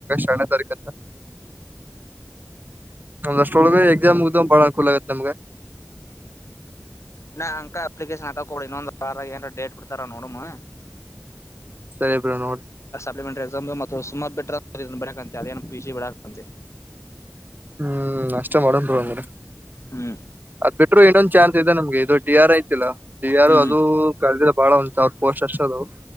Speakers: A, on the right; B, on the left.
A: ಎರಡನೇ ತಾರೀಕ ಅಂತ. ಅವನಷ್ಟು ಉಳದಿದ ಎಕ್ಸಾಮ ಮುಗ್ಡು ಅಂದ್ರ ಭಾಳ ಅನುಕೂಲ ಆಗುತ್ತ ನಮಗ.
B: ನಾ ಅಂಕ ಅಪ್ಲಿಕೇಶನ್ ಹಾಕ ಕೊಡಿ ಇನ್ನೊಂದು ವಾರ ಏನಾರ ಡೇಟ್ ಬಿಡ್ತಾರ ನೋಡಮ್.
A: ಸರಿ ಬ್ರೋ ನೋಡ.
B: ಸಪ್ಲಿಮೆಂಟರಿ ಎಕ್ಸಾಮ್ ಅದಾವ ಮತ್ತ ಹೊಳ್ಳಿ ಬಿಟ್ರ ಇದನ್ನು ಬರಿಯಾಕ್ ಅಕ್ಕೆತ್ ಅದೇನ್ ಪಿಸಿ ಬಿಡಾಕ್ ಬರತೈತಿ.
A: ಹ್ಮ ಹ್ಮ್ ಅಷ್ಟ ಮಾಡುನು ತೊಗೊ ಅಂದ್ರೆ
B: ಹ್ಮ್
A: ಅದ್ ಬಿಟ್ರು ಇನ್ನೊಂದ್ ಚಾನ್ಸ್ ಇದೆ ನಮ್ಗೆ ಇದು ಡಿ ಆರ್ ಐತಿಲ್ಲಾ ಡಿ ಆರ್
B: ಹ್ಮ್
A: ಅದು ಕರದಿಲ್ಲ ಬಾಳ ಒಂದ್ ಸಾವಿರ. ಪೊಸ್ಟ್ ಎಷ್ಟ ಅದಾವೂ.